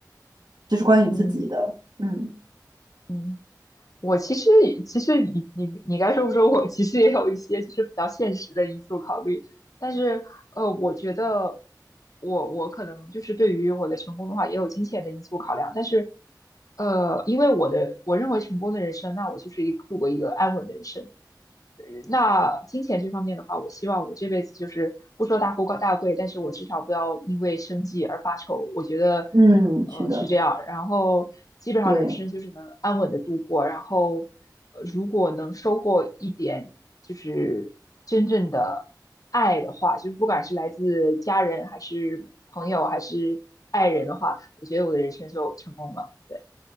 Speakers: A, on the right (about 70°); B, on the left (about 50°).
A: 就是关于你自己的，
B: 嗯
A: 嗯
B: 嗯，我其实其实你你你该说不说我，其实也有一些就是比较现实的因素考虑，但是呃，我觉得我我可能就是对于我的成功的话，也有金钱的因素考量，但是呃，因为我的我认为成功的人生，那我就是一度过一个安稳的人生。那金钱这方面的话，我希望我这辈子就是不说大富大贵，但是我至少不要因为生计而发愁。我觉得，
A: 嗯，
B: 呃，
A: 是的，
B: 是这样。然后基本上人生就是能安稳的度过。
A: 对。
B: 然后，呃如果能收获一点就是真正的爱的话，就是不管是来自家人还是朋友还是爱人的话，我觉得我的人生就成功了。对，